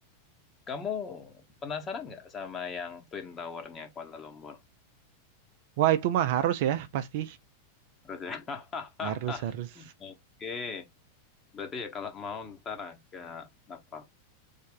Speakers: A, on the left; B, on the right.
A: Kamu penasaran nggak sama yang Twin Tower-nya Kuala Lumpur?
B: Wah itu mah harus ya pasti.
A: Terus ya. <laughs>
B: Harus harus.
A: Oke, berarti ya kalau mau ntar agak apa